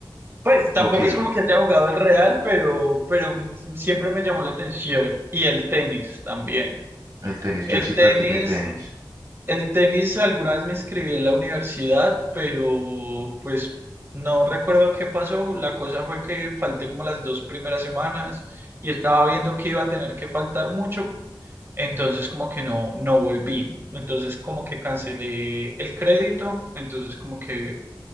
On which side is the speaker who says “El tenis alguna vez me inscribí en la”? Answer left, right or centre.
Right